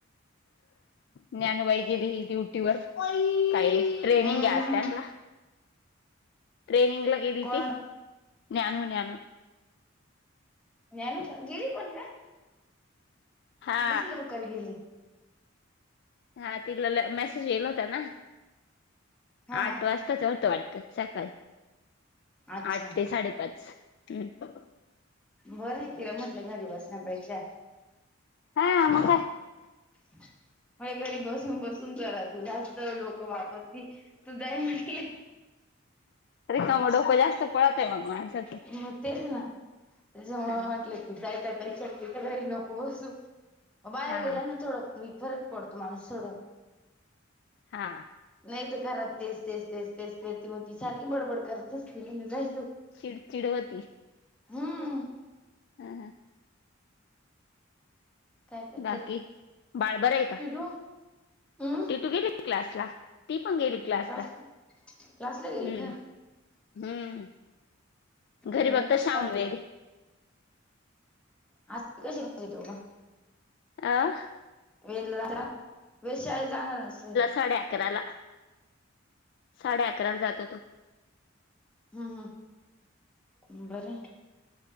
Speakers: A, on the left; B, in the centre.
A: ज्ञानूबाई गेली की काही ट्रेनिंग
B: हम्म
A: आहे आज तेन्हला ट्रेनिंग ला गेली
B: कोणाला
A: ते न्यानु न्यानु.
B: ज्ञानू का गेली पण ग.
A: हा
B: मीच लवकर गेली.
A: हा तिला मेसेज येईला होता ना?
B: हा
A: आठ
B: हा
A: वाजताच होत वाटत सकाळी.
B: अच्छा
A: आठ ते साडेपाच हम्‌.
B: बरं आहे तिला म्हटलं घरी बसण्यापेक्षा
A: हा म काय
B: म्हाजे घरी बसून बसून जरा तु जा तर लोकं वापरती तू जाय म्हटले.
A: रिकम डोकं जास्त पळत आहे मग माणसाचं
B: म तेच ना त्याच्यामुळं
A: हा
B: म्हटले. जाय त्यापेक्षा इथ घरी नको बसू मग बाहेर
A: हा
B: गेलं ना थोडं फरक पडतो माणूस सो
A: हा.
B: नाही तर करात तेच तेच तेच तेच तेच ते मग ती सारखी बडबड करत असतील जायचं.
A: चिड चिड व्हती.
B: हम्म.
A: हा हा.
B: काय काय
A: बाकी
B: कर
A: बाळ बरं आहे का?
B: टिटू हम्म
A: ती तू गेली क्लासला ती पण गेली क्लासला
B: क्लास क्लासला गेली
A: हम्म.
B: का
A: हम्म घरी
B: बरं
A: बघतं शाम
B: काल
A: वेरी.
B: <unintelligible>
A: आं
B: वेदला जा वेद शाळेत जाणार असेल?
A: साडेअकराला. साडे अकराला जातो तो.
B: हम्म हम्म बरं.